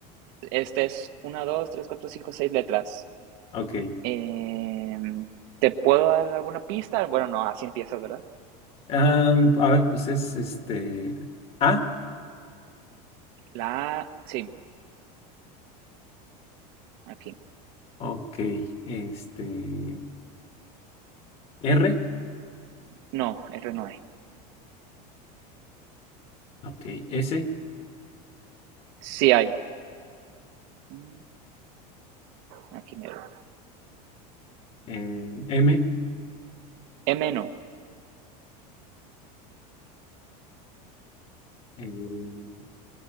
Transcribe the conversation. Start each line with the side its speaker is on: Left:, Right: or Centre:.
Right: Este es una, dos, tres, cuatro, cinco, seis letras.
Left: Ok.
Right: Em, ¿te puedo dar alguna pista? Bueno, no, así empiezas, ¿verdad?
Left: Am, a ver, pues es este. A.
Right: La A, sí, aquí.
Left: Ok. Este. R.
Right: No, R no hay.
Left: Ok. S.
Right: Sí hay. Mm, Aquí mero.
Left: em, M.
Right: M no.
Left: em,